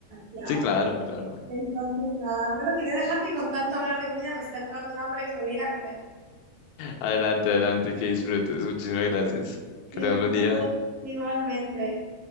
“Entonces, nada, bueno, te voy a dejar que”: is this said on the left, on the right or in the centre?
Right